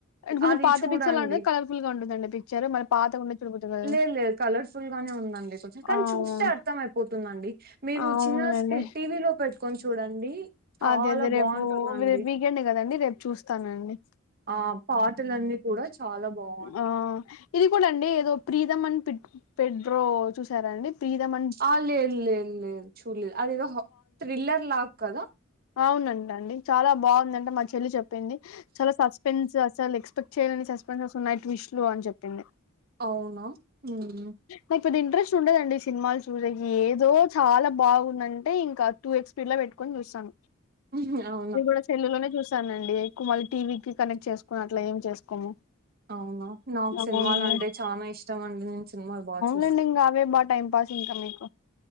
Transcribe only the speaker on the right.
అది
చూడండి.
లేదు లేదు కలర్స్ ఫుల్ గానే ఉందండి. కొంచెం కానీ
చూస్తే అర్థమయిపోతుందండి. మీరు
చిన్న స్క్రీన్ టీవీలో పెట్ క్కోని చూడండి. చాలా
బాగుంటుందండి
ఆ పాటలన్నీ కూడా చాలా బాగున్నయి
అ లేదు లేదు లేదు చూడాలేదు. అది ఏదో థ్రిల్లర్ల కదా
ఔనా ఉహుమ్
ఉహ్ ఔ
ఔనా నాన్
సిన్ మాలు అంటే చానా ఇష్టమండి నేన్ సిన్ మాల్ బా చు